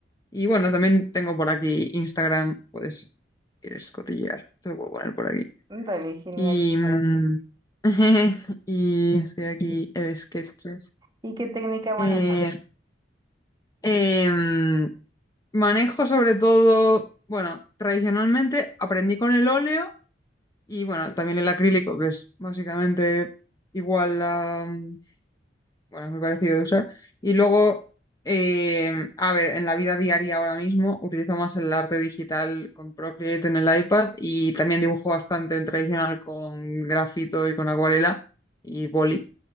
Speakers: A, on the left (about 20°); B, on the right (about 25°).
A: Y bueno, también tengo por aquí Instagram, puedes, si quieres cotillear, te lo puedo poner por aquí.
B: Vale, genial.
A: Y, Vale. mm, <laughs> y estoy aquí, Eve Sketches.
B: ¿Y qué técnica manejas?
A: Eh, em, manejo sobre todo, bueno, tradicionalmente aprendí con el óleo y bueno, también el acrílico, que es básicamente igual a, mm, bueno, es muy parecido de usar. Y luego, eh, a ver, en la vida diaria ahora mismo utilizo más el arte digital con Procreate en el iPad y también dibujo bastante en tradicional con grafito y con acuarela y boli